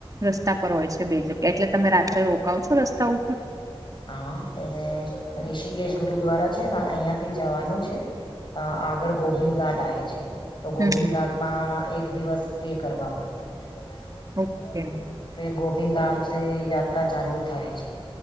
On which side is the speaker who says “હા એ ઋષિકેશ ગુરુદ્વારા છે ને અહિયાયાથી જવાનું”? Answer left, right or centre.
Left